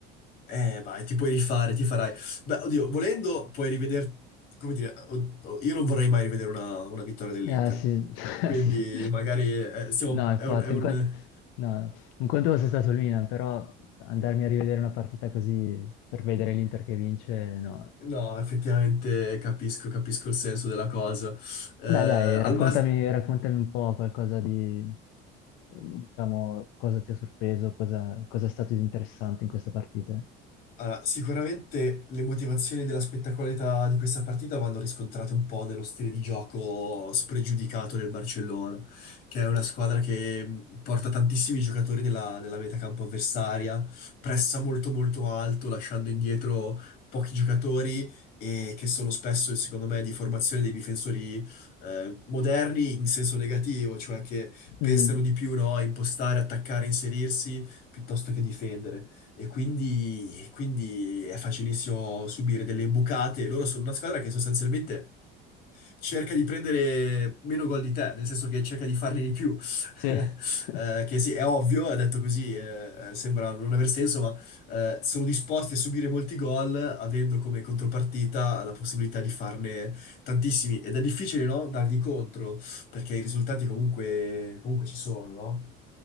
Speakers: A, on the left; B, on the left.
A: Eh, vai, ti puoi rifare, ti farai. Beh, oddio, volendo puoi rivedere... Come dire, od- oh, io non vorrei mai rivedere una, una vittoria dell'Inter.
B: Eh sì, <laughs>
A: Quindi
B: sì.
A: magari eh, siamo...
B: No, infatti,
A: È un, è un...
B: un conto, no, un conto fosse stato il Milan, però andarmi a rivedere una partita così per vedere l'Inter che vince, no.
A: No, effettivamente capisco, capisco il senso della cosa. Eh,
B: Beh, dai, raccontami,
A: al massimo...
B: raccontami un po' qualcosa di, eh, diciamo, cosa ti ha sorpreso, cosa, cosa è stato di interessante in questa partita.
A: Allora, sicuramente le motivazioni della spettacolarità di questa partita vanno riscontrate un po' nello stile di gioco spregiudicato del Barcellona, che è una squadra che mh, porta tantissimi giocatori nella, nella metacampo avversaria, pressa molto molto alto, lasciando indietro pochi giocatori e che sono spesso, secondo me, di formazione dei difensori eh, moderni in senso negativo, cioè che pensano
B: Mm,
A: di più, no, a impostare, attaccare, inserirsi piuttosto che difendere. E quindi, quindi è facilissimo subire delle imbucate. Loro sono una squadra che sostanzialmente cerca di prendere meno gol di te, nel senso che cerca di farne di più. <laughs>
B: sì. <laughs>
A: Eh, che sì, è ovvio, è detto così, eh, eh, sembra non aver senso, ma eh, sono disposti a subire molti gol avendo come contropartita la possibilità di farne tantissimi. Ed è difficile, no? Dargli contro, perché i risultati comunque, comunque ci sono, no?